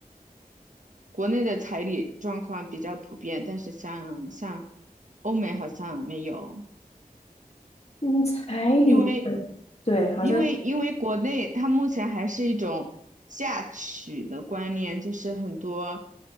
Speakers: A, on the right (about 55°); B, on the left (about 45°).
A: 国内的彩礼状况比较普遍，但是像像欧美好像没有。
B: 嗯，彩礼。
A: 因为
B: 对，好像。
A: 因为因为国内它目前还是一种嫁娶的观念，就是很多